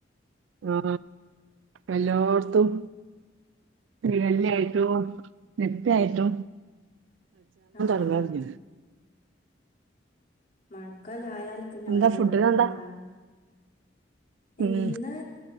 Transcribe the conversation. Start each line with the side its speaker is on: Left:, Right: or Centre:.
Right: ആ എല്ലാട്ത്തും <unintelligible> ആയിട്ടോ നിത്യായിട്ടോ
Left: ആഹ്
Right: <unintelligible>
Left: അതെ മഴക്കാലായാ പിന്നെ
Right: എന്താ
Left: ഓരോ
Right: ഫുഡിനെന്താ
Left: രോഗങ്ങളാണ്. ഇന്ന്
Right: ഉം